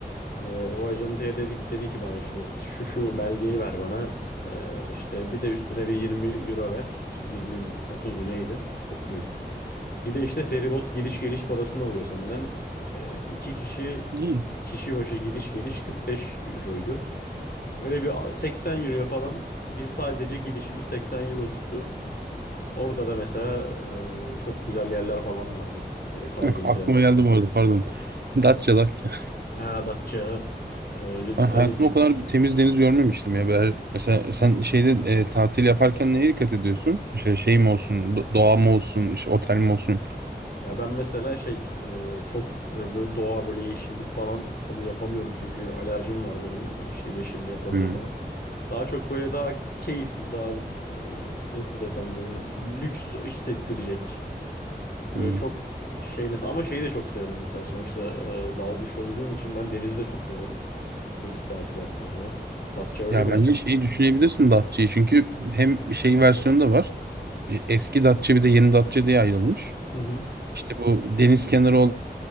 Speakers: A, on the left (about 65°); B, on the right (about 70°).
A: Ee, o ajantaya dedik dedi ki bana işte şu şu belgeyi ver bana. Ee, işte bir de üstüne bir 20 euro ver. İşte 20 mi 30 mu neydi? 40 mıydı? Bir de işte feribot gidiş geliş parasını alıyor senden. Ee, iki kişi
B: İyi.
A: kişi başı gidiş geliş 45 euroydu. Böyle bir 80 euroya falan biz sadece gidişimiz 80 euro tuttu. Orada da mesela e, çok güzel yerler falan vardı. E, kaldığımız
B: Heh, aklıma
A: yerler falan.
B: geldi bu arada pardon.
A: Hı.
B: <laughs> Datça Datça.
A: Ha Datça. evet.
B: Ben
A: Ee,
B: hayatımda
A: tabii
B: o kadar bir temiz deniz görmemiştim ya. Ben- mesela sen şeyde e, tatil yaparken neye dikkat ediyorsun? Şey, şey mi olsun, do- doğa mı olsun, işte otel mi olsun?
A: Ya ben mesela şey e, çok e, böyle doğa böyle yeşillik falan onu yapamıyorum çünkü alerjim var benim işte yeşilliğe polene
B: Hı.
A: falan. Daha çok böyle daha keyifli daha hani nasıl desem böyle lüks hissettirecek. Böyle
B: Hmm.
A: çok şey mesela ama şeyi de çok severim mesela sonuçta e, dalgıç olduğum için ben denizi de çok severim. Deniz tatili yapmayı falan. Datça öyle
B: Ya
A: bir
B: bence
A: yer mesela.
B: şeyi düşünebilirsin Datça'yı. Çünkü hem şey versiyonu da var. E, Eski Datça bir de yeni Datça diye ayrılmış.
A: Hı hı.
B: İşte bu deniz kenarı